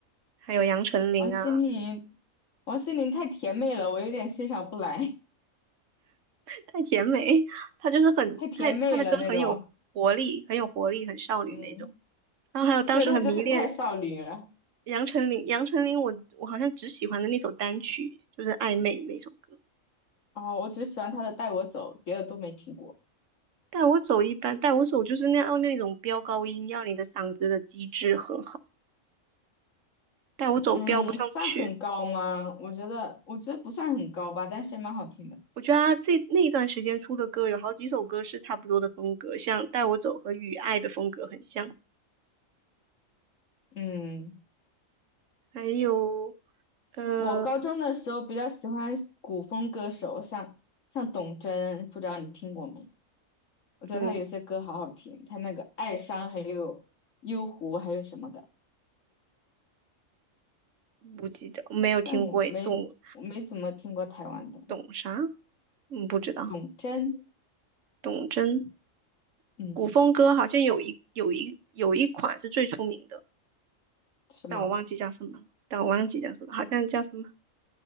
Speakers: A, on the right; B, on the left.
A: 还有杨丞琳啊。
B: 王心凌，王心凌太甜妹了，我有点欣赏不来，
A: 太甜美，她就是很，
B: 太甜妹了那种。
A: 她她的歌很有活力，很有活力，很少女那种。
B: 嗯，
A: 然后还有当时很迷恋
B: 对，她就是太少女了。
A: 杨丞琳，杨丞琳我我好像只喜欢的那首单曲就是《暧昧》那首歌。
B: 哦，我只喜欢她的《带我走》，别的都没听过。
A: 带我走一般，带我走就是那样那种飙高音，要你的嗓子的机制很好。带我走飙不上去，
B: 嗯，算很高吗？我觉得，我觉得不算很高吧，但是蛮好听的。
A: 我觉得她这那一段时间出的歌有好几首歌是差不多的风格，像《带我走》和《雨爱》的风格很像，
B: 嗯，
A: 还有。呃，
B: 我高中的时候比较喜欢古风歌手，像像董贞，不知道你听过没？我觉得他有些歌好好听，
A: 嗯，
B: 他那个《爱殇》还有《幽狐》还有什么的。
A: 不记得，没有听过诶，
B: 但我没我没怎么听过台湾的
A: 动董啥？嗯，不知道。
B: 董贞，
A: 董贞，
B: 嗯，
A: 古风歌好像有一有一有一款是最出名的，
B: 什么？
A: 但我忘记叫什么了，但我忘记叫什么，好像叫什么。